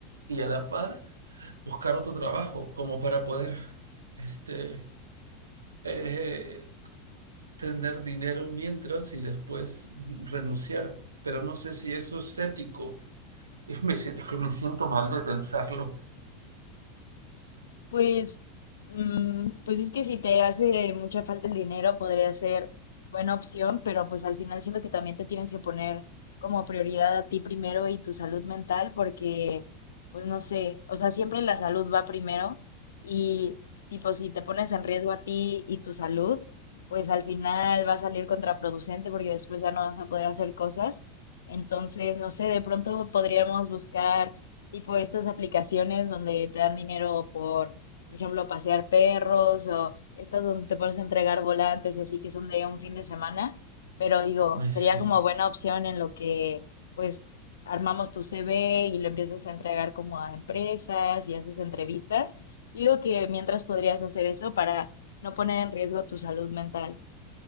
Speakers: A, on the right (about 85°); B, on the left (about 75°).
A: Y a la par, buscar otro trabajo como para poder este, eh, tener dinero mientras y después renunciar. Pero no sé si eso es ético. Es, me, es que me siento mal de pensarlo.
B: Pues, mm, pues es que si te hace mucha falta el dinero, podría ser buena opción, pero pues al final siento que también te tienes que poner como prioridad a ti primero y tu salud mental, porque, pues no sé, o sea, siempre la salud va primero y tipo, si te pones en riesgo a ti y tu salud, pues al final va a salir contraproducente porque después ya no vas a poder hacer cosas. Entonces, no sé, de pronto podríamos buscar tipo estas aplicaciones donde te dan dinero por por ejemplo, pasear perros o estas donde te pones a entregar volantes y así que son de un fin de semana, pero digo,
A: Ay,
B: sería
A: sí,
B: como buena opción en lo que pues armamos tu CV y lo empiezas a entregar como a empresas y haces entrevistas. Yo digo que mientras podrías hacer eso para no poner en riesgo tu salud mental.